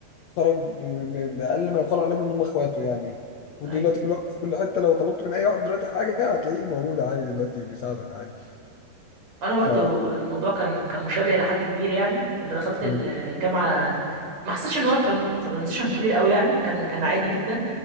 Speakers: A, on the left; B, on the right.
A: خرج ب- ب- بأقل ما يقال عليهم ان هم اخواته يعني ودلوقتي
B: ايوه
A: كل واحد في كل حتة لو طلبت من اي واحد دلوقتي حاجة هتلاقيه موجود عادي دلوقتي بيساعدك عادي
B: انا برضو
A: ف
B: الموضوع كان كان مشابه الى حد كبير يعني لما دخلت
A: مم.
B: ال- الجامعه ما حسيتش ان هو تران- ترانزيشن كبير قوي يعني كان كان عادي جدا